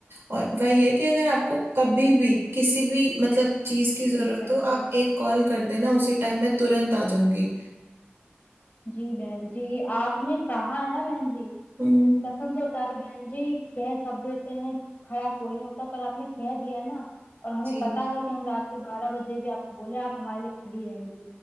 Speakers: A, on the right; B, on the left.
A: और वही है कि अगर आपको
B: जी
A: कभी भी किसी भी मतलब चीज की
B: जी
A: जरूरत
B: बहन
A: हो
B: जी
A: आप एक कॉल कर देना उसी टाइम मैं तुरंत आ जाऊंगी
B: जी बहन जी आपने कहा है ना बहन जी
A: हम्म
B: कसम से बता रही बहन जी कह सब देते हैं खड़ा कोई नहीं होता पर आपने कह दिया है ना और हमें
A: जी
B: पता है कि हम रात के बारह बजे भी आपको बोले आप हमारे लिए खड़ी रहेंगी